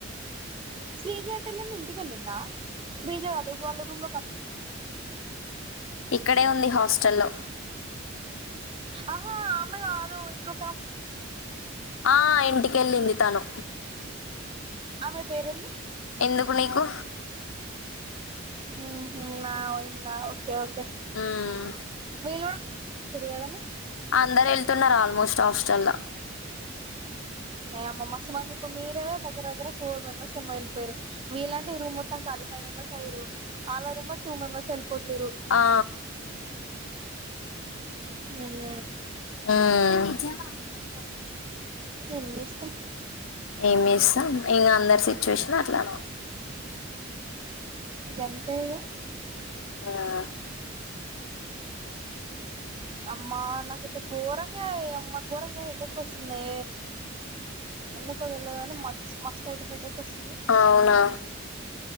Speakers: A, on the right; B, on the left.
A: శ్రీజ ఎటెల్లింది ఇంటికెళ్ళిందా శ్రీజ కాదు వాళ్ళ రూమ్లో ఒక
B: ఇక్కడే ఉంది హాస్టల్లో
A: ఆహా ఆమె కాదు ఇంకొకా
B: ఆ ఇంటికెళ్ళింది తను
A: ఆమె పేరేంది
B: ఎందుకు నీకు
A: మ్ హు ఆమె పోయిందా ఓకే ఓకే
B: హ్మ్.
A: వీళ్ళు గు తుర్రు గదనే
B: అందరేళ్తున్నరు ఆల్మోస్ట్ హాస్టల్ల
A: నె అమ్మ మస్ మంది ఇప్పు మీరే దెగ్గర దెగ్గర ఫోర్ మెంబర్స్ ఏమో ఎళ్ళపోయిరు మిలాంటి రూమ్ మొత్తం కాలి ఫై మెంబెర్స్ అయిరు ఆళ్ళ రొమ్ ల టూ మెంబర్స్ ఎల్లిపోతురు
B: ఆ!
A: ఉమ్
B: ఆహ్
A: ఎమ్ చేస్తం
B: ఏమ్ చెస్తాం ఇంగ అందరి సిచ్యుయేషన్ అట్లనే
A: గంతే ఇగ
B: ఆహ్
A: అమ్మా నాకైతే ఘోరంగ ఇ అమ్మ ఘోరంగా హెడ్డెక్ ఒస్తుందే ఎందుకొ తెల్వదు గని మత్స్ మస్త్ హెడ్ హెడేక్ వస్తుంది
B: అవునా